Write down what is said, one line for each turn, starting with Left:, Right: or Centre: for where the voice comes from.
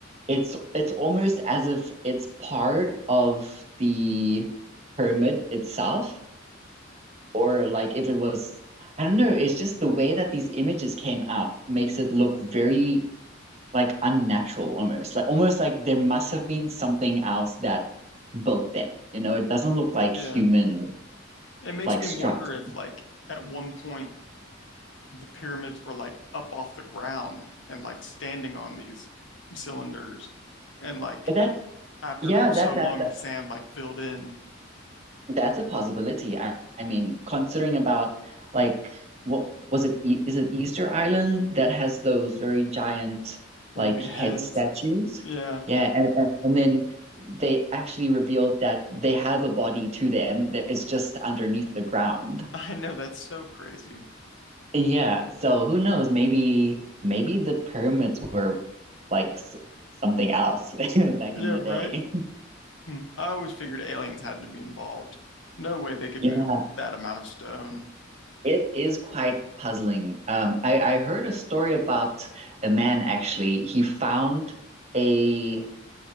Right: It's it's almost as if it's part of the pyramid itself, or like if it was, I don't know, it's just the way that these images came out makes it look very like unnatural almost. Like almost like there must have been something else that built them. You know, it doesn't look like
Left: yeah.
Right: human
Left: It makes
Right: like
Left: me
Right: structure.
Left: wonder if, like, at one point the pyramids were like up off the ground and like standing on these cylinders. And like
Right: That
Left: after
Right: yeah,
Left: so
Right: that that
Left: long, the sand like filled in.
Right: That's a possibility. I, I mean, considering about like what was it? E is it Easter Island that has those very giant
Left: Yeah,
Right: like
Left: the big
Right: head
Left: heads.
Right: statues?
Left: Yeah,
Right: Yeah, and and and then they actually revealed that they have a body to them that is just underneath the ground.
Left: <laughs> I know that's so crazy.
Right: Yeah, so who knows? Maybe maybe the pyramids were like s something else <laughs> back
Left: Yeah,
Right: in the
Left: right?
Right: day.
Left: Hmm. I always figured aliens had to be involved. No way they could
Right: <laughs>
Left: move that amount of stone.
Right: It is quite puzzling. Um, I, I heard a story about a man actually. He found a